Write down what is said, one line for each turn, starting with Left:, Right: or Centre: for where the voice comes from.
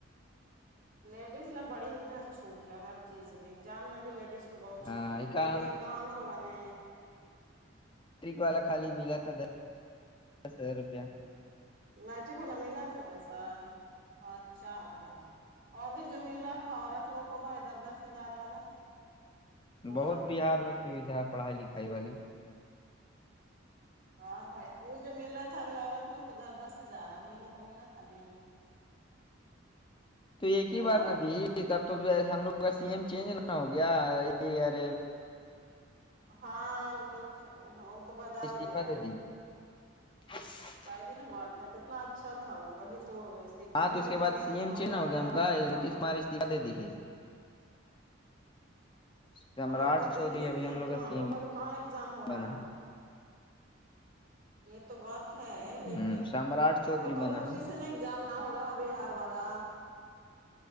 Right: لیڈیز ل بڑی ادھر چھوٹ ہے ہر چیز میں ایگزام میں بھی لیڈیز تو بہت
Left: ہاں
Right: چھوٹ ہے
Left: کا
Right: کوئی بھی
Left: ہم
Right: امتحان ہوگا نہ
Left: ٹرک والا خالی ملا تھا دس دس ہزار روپیہ
Right: میٹرک والا ملا تھا پیسا اچھا بھائی اور ابھی جو مل رہا تھا عورت لوگ کو بھئی دس دس ہزار والا والا
Left: بہت بہار میں سویدھا ہے پڑھائی لکھائی والی
Right: ہاں بھائی وہ جو مل رہا تھا ابھی عورت لوگ کو دس دس ہزار امی لوگ کو ملا تھا نہ
Left: تو ایک
Right: ہلو
Left: ہی بار ن دی اب تو ہم لوگ کا سی ایم چینج نہ ہو گیا یہ ایئر
Right: ہاں اب تو ہ وہ تو بدل
Left: استعفی
Right: گیا
Left: دے دی <inaudible>
Right: وہی نا بات تھا کتنا اچھا تھاوه وہی تو دکھائی
Left: ہاں تو اس کے
Right: دینے
Left: بعد
Right: سےتو
Left: سی ایم
Right: معاملہ
Left: چینج ہو
Right: گڑبڑا
Left: ہم کا
Right: گیا ہم لوگ
Left: <unintelligible> سمراٹ
Right: ہاں وہ تو
Left: چوودری
Right: دیس
Left: ابھی
Right: نے
Left: ہم لوگ
Right: تو
Left: کا سیم
Right: بھی کہاں ایگزام ہو رہا
Left: بنا ہے
Right: یہ تو بات ہے لیکن
Left: ہ سمراٹ چودھری
Right: ہم لوگ کا ابھی
Left: بنا
Right: اسی
Left: ہے
Right: سے نہیں جام نہ ہو رہا ہے بہار والا